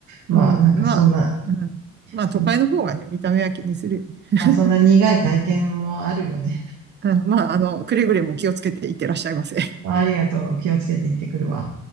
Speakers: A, on the right (about 75°); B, on the right (about 35°).
A: まあなんかそんな
B: うん。まあ、うん、まあ都会の方がね、
A: そん
B: 見た目は気にするよね。<laughs>
A: まあ、そんな苦い体験もあるよね。
B: うん、まあ、あの、くれぐれも気をつけていってらっしゃいませ。
A: ありがとう。気をつけて行ってくるわ。